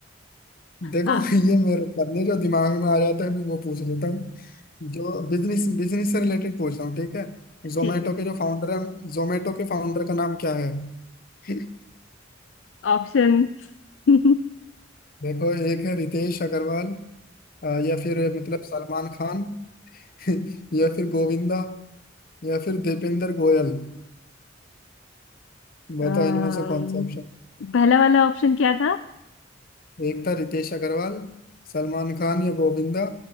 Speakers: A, on the left; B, on the left.
A: देखो
B: हाँ
A: <laughs> ये मेरे पन्ने जो दिमाग में आ जाता है मैं वो पूछ लेता हूँ जो बिजनेस बिजनेस से रिलेटेड पूछ रहा हूँ ठीक है जोमेटो
B: ठीक है
A: के जो फाउंडर है जोमेटो के फाउंडर का नाम क्या है <laughs>
B: ऑप्शन हम्म
A: देखो एक है रितेश अग्रवाल अ, या फिर मतलब सलमान खान <laughs> या फिर गोविंदा या फिर दीपेंद्र गोयल बताओ
B: अम्म,
A: इनमें से कौन सा ऑप्शन
B: पहला वाला ऑप्शन क्या था
A: एक था रितेश अग्रवाल सलमान खान या गोविंदा